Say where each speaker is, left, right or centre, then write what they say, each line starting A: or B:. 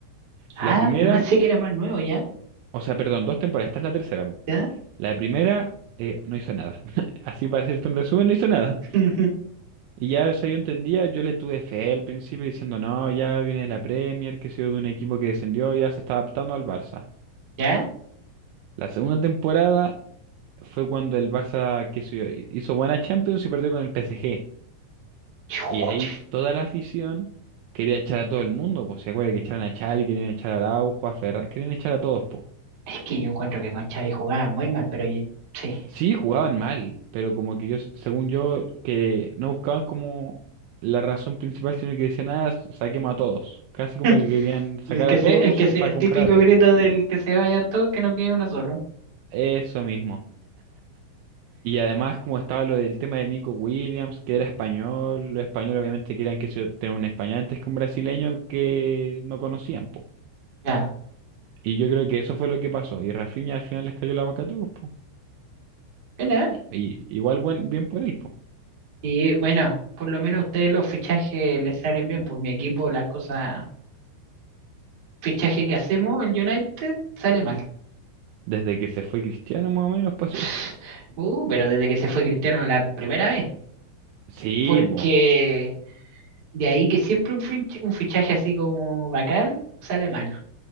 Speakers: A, on the right; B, on the right.
A: Ah,
B: La primera,
A: yo pensé que era más nuevo, ¿ya?
B: o sea, perdón, dos temporadas, esta es la tercera, po.
A: ¿Ya?
B: La primera eh, no hizo nada. <laughs> Así para hacerte un resumen, no hizo nada.
A: <laughs>
B: Y ya eso yo entendía, yo le tuve fe al principio diciendo, no, ya viene de la Premier, que ha sido de un equipo que descendió, ya se está adaptando al Barça.
A: ¿Ya?
B: La segunda temporada fue cuando el Barça qué sé yo, hizo buena Champions y perdió con el PSG.
A: Chuch,
B: Y ahí toda la afición quería echar a todo el mundo, pues se acuerda que echaron a Xavi, querían echar a Araujo, a Ferran, querían echar a todos, pues.
A: Es que yo encuentro que con Xavi jugaba muy mal, pero yo- sí.
B: Sí, jugaban mal, pero como que yo, según yo, que no buscaban como la razón principal, sino que decían, ah, saquemos a todos. Casi como
A: <laughs>
B: que querían
A: El
B: sacar
A: que
B: a
A: se,
B: todos
A: el que se,
B: eh, para
A: el
B: comprar
A: típico
B: a todos.
A: grito del que se vayan todos, que no quede uno solo.
B: Eso mismo. Y además, como estaba lo del tema de Nico Williams, que era español, los españoles obviamente querían que se tenga un español antes que un brasileño que no conocían, po.
A: Ya.
B: Y yo creo que eso fue lo que pasó. Y Rafinha al final les cayó la boca a todos, po.
A: ¿Verdad?
B: Y igual buen, bien por él, po.
A: Y bueno, por lo menos a ustedes los fichajes les salen bien. Por mi equipo, la cosa, fichaje que hacemos, el United, sale mal.
B: Desde que se fue Cristiano, más o menos, pasó.
A: <laughs>
B: <laughs>
A: Uh, pero desde que se fue Cristiano la primera vez.
B: Sí,
A: Porque
B: po.
A: de ahí que siempre un, finch- un fichaje así como bacán, sale mal.